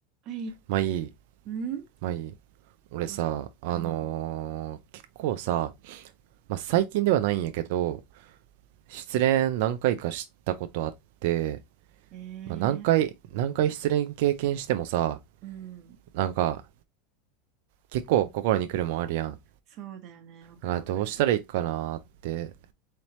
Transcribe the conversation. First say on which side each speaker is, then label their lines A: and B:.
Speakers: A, on the right; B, on the right.
A: え
B: まあいい、
A: えん
B: まあいい。俺さ、
A: う
B: あのー結構さ、
A: うん。
B: まあ最近ではないんやけど、失恋何回かしたことあって、
A: ええ
B: まあ何回、何回失恋経験してもさ、
A: うん。
B: なんか結構心に来るもんあるやん。
A: そうだよね。わかるわかる。
B: なんかどうしたらいいかなって、